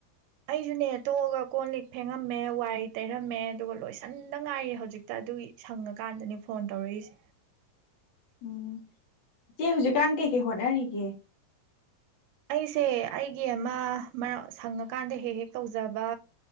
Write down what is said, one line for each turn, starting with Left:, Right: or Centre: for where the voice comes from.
Right: ꯑꯩꯁꯨꯅꯦ ꯇꯣꯛꯑꯒ ꯀꯣꯟ ꯂꯤꯛ ꯐꯦꯡꯉꯝꯃꯦ ꯋꯥꯔꯤ ꯇꯩꯔꯝꯃꯦ ꯑꯗꯨꯒ ꯂꯣꯏꯁꯟꯗ ꯉꯥꯏꯔꯤ ꯍꯧꯖꯤꯛꯇ ꯑꯗꯨꯒꯤ ꯁꯪꯉꯀꯥꯟꯗꯅꯤ ꯐꯣꯟ ꯇꯧꯔꯛꯏꯁꯦ
Left: ꯎꯝ ꯏꯆꯦ ꯍꯧꯖꯤꯛꯀꯥꯟ ꯀꯩꯀꯩ ꯍꯣꯠꯅꯔꯤꯒꯦ
Right: ꯑꯩꯁꯦ ꯑꯩꯒꯤ ꯑꯃ ꯃꯔꯛ ꯁꯪꯉꯀꯥꯟꯗ ꯍꯦꯛ ꯍꯦꯛ ꯇꯧꯖꯕ